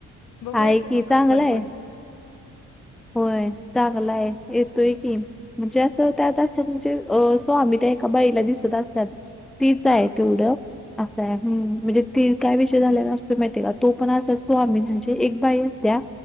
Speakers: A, on the left; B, in the centre.
A: बघूया
B: आहे
A: की, मग
B: चांगला
A: आपण
B: आहे
A: पण.
B: होय चांगला हाय येतोय की. म्हणजे असं त्यात असतात म्हणजे, अ स्वामी त्या एका बाईला दिसत असतात. तीच
A: हां
B: हाय तेवढं असा आहे. हम. म्हणजे ती काय विषय झालेला असतो माहिती आहे का तू पण असाच स्वामी म्हणजे एक बाई असत्या.